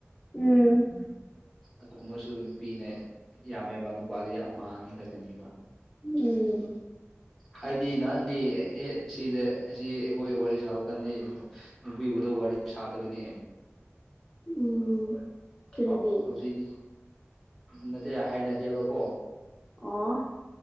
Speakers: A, on the left; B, in the centre.
A: ꯎꯝ
B: ꯑꯗꯨꯒꯨꯝꯕꯁꯨ ꯅꯨꯄꯤꯅ ꯌꯥꯝꯃꯦꯕ ꯅꯨꯄꯥꯗꯤ ꯑꯃ ꯑꯅꯤ ꯈꯛꯇꯅꯦꯕ
A: ꯎꯝ
B: ꯍꯥꯏꯗꯤ ꯅꯍꯥꯟꯗꯤ ꯑꯦ ꯁꯤꯗ ꯑꯁꯤ ꯑꯩꯈꯣꯏ ꯋꯥꯔꯤ ꯁꯥꯕ ꯀꯥꯟꯗꯤ ꯅꯨꯄꯤꯕꯨꯗ ꯋꯥꯔꯤ ꯁꯥꯗꯕꯅꯤ
A: ꯎꯝ ꯀꯔꯤꯒꯤ
B: ꯑ ꯑ ꯍꯧꯖꯤꯛꯇꯤ ꯅꯠꯇꯦ ꯍꯥꯏꯅꯗꯦꯕꯀꯣ
A: ꯑꯣ